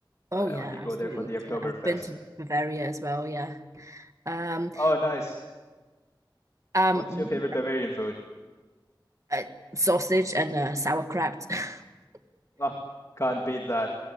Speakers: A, on the left; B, on the right.
A: but
B: Oh
A: I
B: yeah,
A: only go
B: absolutely.
A: there for the Oktoberfest.
B: Uh, I've been to Bavaria as well, yeah. Um,
A: Oh, nice.
B: um,
A: What's your favorite Bavarian food?
B: uh, sausage and uh, sauerkraut. <laughs>
A: Oh, can't beat that.